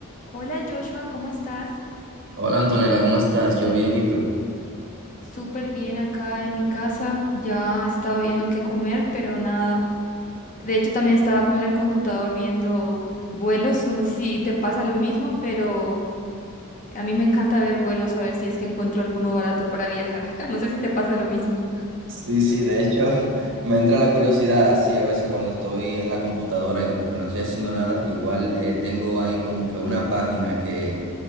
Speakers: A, on the left; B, on the right.
A: Hola Joshua, ¿cómo estás?
B: Hola Antonella, ¿cómo estás? Yo bien, ¿y tú?
A: Súper bien acá en mi casa. Ya estaba viendo qué comer, pero nada. De hecho, también estaba como en el computador viendo vuelos. No sé si te pasa lo mismo, pero a mí me encanta ver vuelos, a ver si es que encuentro alguno barato para viajar. <laughs> No sé si te pasa lo mismo.
B: Sí, sí, de hecho <laughs> me entra la curiosidad así a veces cuando estoy en la computadora y como que no estoy haciendo nada, igual eh, tengo ahí como que una página que